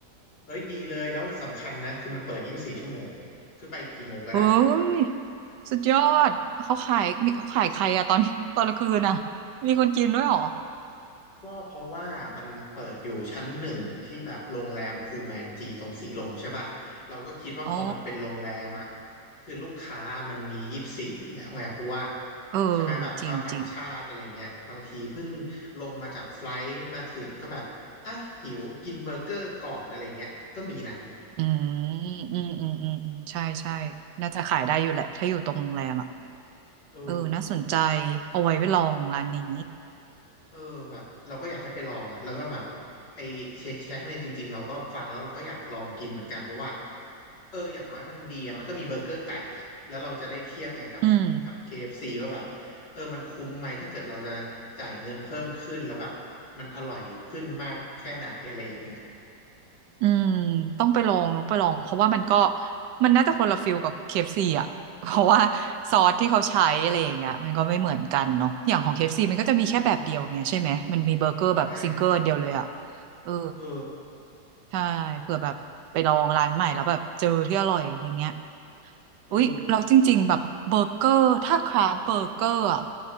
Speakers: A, on the left; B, on the right.
A: เฮ้ยดีเลยแล้วสำคัญนะคือมันเปิดยี่สิบสี่ชั่วโมงคือไปกี่โมงก็ได้
B: เฮ้ยสุดยอดเขาขายมีเขาขายใครอะตอนตอนกลางคืนอะมีคนกินด้วยเหรอ
A: ก็เพราะว่ามันเปิดอยู่ชั้นหนึ่งที่แบบโรงแรมพูแมนจีตรงสีลมใช่ป่ะเราก็คิดว่าพอมันเป็นโรงแรมอ่ะ
B: อ๋อ
A: คือลูกค้ามันมียี่สิบสี่อยู่แล้วไงเพราะว่า
B: เออจริงจริง
A: ใช่ไหมแบบชาวต่างชาติอะไรเงี้ยบางทีเพิ่งลงมาจากไฟลท์มาถึงก็แบบอ่ะหิวกินเบอร์เกอร์ก่อนอะไรเงี้ยก็มีนะ
B: อืมอืมอืมอืมอืมใช่ใช่น่าจะขายได้อยู่แหละถ้าอยู่ตรงโรงแรมอ่ะ
A: เออ
B: เออน่าสนใจเอาไว้ไปลองร้านนี้
A: เออแบบเราก็อยากให้ไปลองอะแล้วก็แบบไอเชคแชกเนี่ยจริงๆเราก็ฟังแล้วเราก็อยากลองกินเหมือนกันเพราะว่าเอออย่างน้อยมันดีอะมันก็มีเบอร์เกอร์ไก่แหละแล้วเราจะได้เทียบไงกับกับ
B: อืม
A: KFC ว่าแบบเออมันคุ้มไหมถ้าเกิดเราจะจ่ายเงินเพิ่มขึ้นแล้วแบบมันอร่อยขึ้นมากแค่ไหนอะไรอย่างเงี้ย
B: อืมต้องไปลองต้องไปลองเพราะว่ามันก็มันน่าจะคนละฟิลกับ KFC อฟซีอ่ะ <laughs> เพราะว่าซอสที่เขาใช้อะไรอย่างเงี้ยมันก็ไม่เหมือนกันเนาะอย่างของเคเอฟซ c มันก็จะมีแค่แบบเดียวไงใช่ไหมมันมีเบอร์เกอร์แบบซิงเกิลอันเดียวเลยอ่ะ
A: ใช่
B: เออ
A: เออ
B: ใช่เผื่อแบบไปลองร้านใหม่แล้วแบบเจอที่อร่อยอย่างเงี้ย
A: เออ
B: อุ๊ยเราจริงๆแบบเบอร์เกอร์ถ้าคราฟเบอร์เกอร์อะ